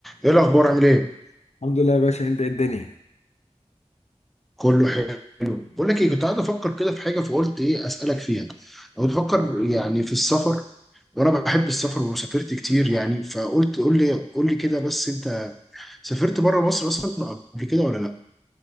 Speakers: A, in the centre; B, on the left (about 70°).
A: ايه الاخبار عامل ايه
B: الحمد لله يا باشا انت ايه الدنيا
A: كله حلو بقول لك ايه كنت قاعد افكر كده في حاجه فقلت ايه اسالك فيها او بفكر يعني في السفر وانا بحب السفر وسافرت كتير يعني فقلت قول لي قول لي كده بس انت سافرت بره مصر اصلا قبل كده ولا لا